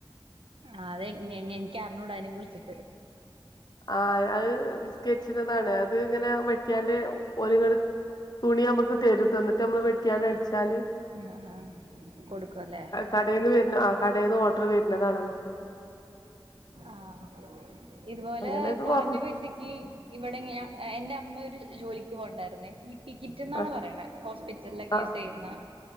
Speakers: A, on the right; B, on the left.
A: ആഹ് അത് ങ്ങെ ങ്ങെ എൻക്കർഞ്ഞൂടെ അയ്നെ കുർച്ചിട്ട്
B: ആഹ് അത് നിസ്കര്ച്ച്ണതാണ് അത് ഇങ്ങെനെ വെട്ട്യാണ്ട് ഓല്ങ്ങെട് തുണി ഞമ്മക്ക് തരും തന്നിട്ട് നമ്മള് വെട്ട്യാണ്ട് അട്ച്ചാല്
A: അഹ് ഹാ കൊട്ക്കുവല്ലേ
B: കടേന്ന് വെര്ണ ആഹ് കടേന്ന് ഓഡ്ർ വെര്ണതാണമ്മക്ക്
A: ആഹ് ഇതുപോലെ
B: അങ്ങനെയൊക്കെ
A: കൊറഞ്ഞ
B: കൊറഞ്ഞ്
A: പൈസയ് ക്കി ഇവടെങ്ങ്യ എന്റെ അമ്മ ഒര് ജോലിക്ക് പോക്ണ്ടായിര്ന്നേ പി ക്കിറ്റ്ന്നാണ്
B: ആ
A: പറയ്ണേ ഹോസ്പിറ്റൽലെക്കെ
B: ആ
A: യൂസെയ്യ്ന്ന